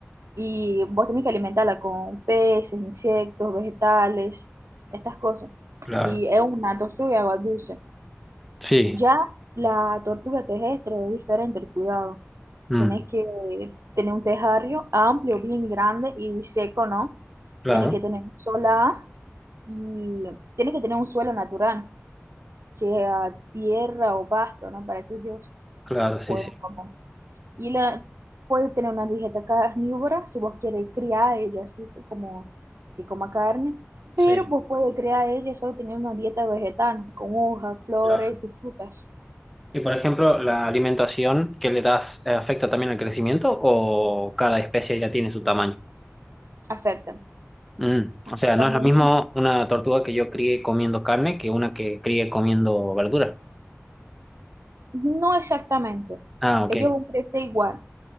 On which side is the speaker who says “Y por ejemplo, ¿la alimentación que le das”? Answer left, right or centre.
Centre